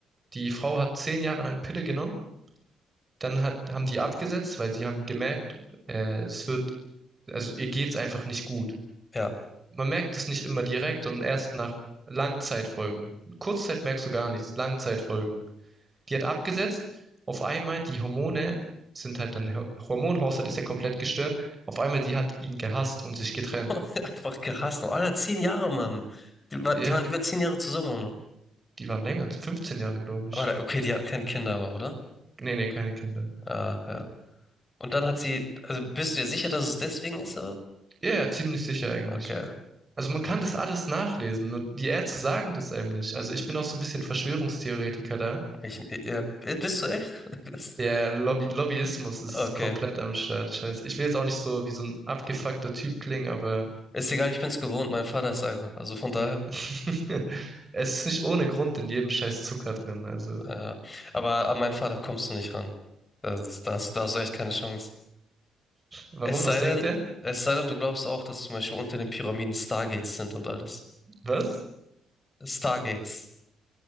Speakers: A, on the right; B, on the left.
A: die Frau hat zehn Jahre lang Pille genommen, dann hat, haben die abgesetzt, weil sie haben gemerkt, äh, es wird, also ihr geht's einfach nicht gut.
B: ja,
A: Man merkt es nicht immer direkt, sondern erst nach Langzeitfolgen. Kurzzeit merkst du gar nichts, Langzeitfolgen. Die hat abgesetzt. Auf einmal die Hormone sind halt dann, Ho- Hormonhaushalt ist ja komplett gestört. Auf einmal die hat ihn gehasst und sich getrennt.
B: <laughs> einfach gehasst. Und Alter, zehn Jahre, Mann. Die, war-
A: Ja,
B: die waren über zehn Jahre zusammen auch noch.
A: die waren länger, 15 Jahre, glaube ich.
B: Aber okay, die hatten keine Kinder, aber, oder?
A: Nee, nee, keine Kinder.
B: Ah, ja. Und dann hat sie, also bist du dir sicher, dass es deswegen ist? äh?
A: Ja, ja, ziemlich sicher eigentlich.
B: Okay.
A: Also man kann das alles nachlesen, nur die Ärzte sagen das einem nicht. Also ich bin auch so ein bisschen Verschwörungstheoretiker da.
B: Ich, ja, bist du echt? <laughs>
A: Der Lobby Lobbyismus ist
B: Okay.
A: komplett am Start. Ich weiß, ich will jetzt auch nicht so wie so ein abgefuckter Typ klingen, aber
B: Ist egal, ich bin's gewohnt. Mein Vater ist einer. Also von daher.
A: <laughs> es ist nicht ohne Grund in jedem scheiß Zucker drin. Also
B: Äh, aber an meinen Vater kommst du nicht ran. Das ist, da hast da hast du echt keine Chance.
A: Warum?
B: Es sei
A: Was denkt
B: denn,
A: der?
B: es sei denn, du glaubst auch, dass zum Beispiel unter den Pyramiden Stargates sind und alles.
A: Was?
B: Stargates.